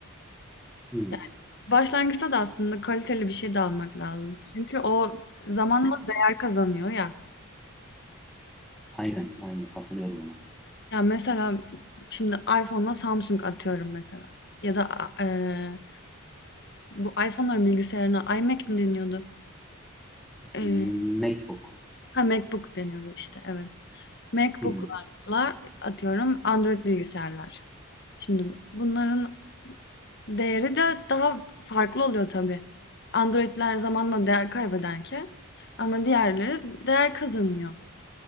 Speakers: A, in the centre; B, on the left.
A: Hı.
B: Yani Başlangıçta da aslında kaliteli bir şey de almak lazım. Çünkü o zamanla değer kazanıyor ya.
A: Aynen, aynen katılıyorum ona.
B: Ya mesela şimdi iPhone'la Samsung atıyorum mesela. Ya da a- eee, bu iPhone'ların bilgisayarına iMac mi deniyordu? Eee
A: MacBook.
B: ha, MacBook deniyordu işte evet. MacBook'larla
A: Hı hı.
B: atıyorum Android bilgisayarlar. Şimdi bunların değeri de daha farklı oluyor tabii. Android'ler zamanla değer kaybederken ama diğerleri değer kazanıyor.